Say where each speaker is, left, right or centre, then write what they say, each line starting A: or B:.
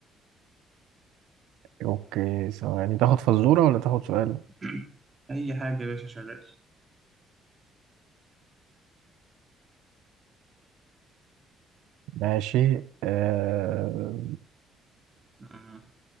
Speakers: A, on the right; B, on the right.
A: اوكي ثواني تاخد فزورة ولا تاخد سؤال
B: <clears throat> اي حاجة يا باشا شغال
A: ماشي آه...
B: مم.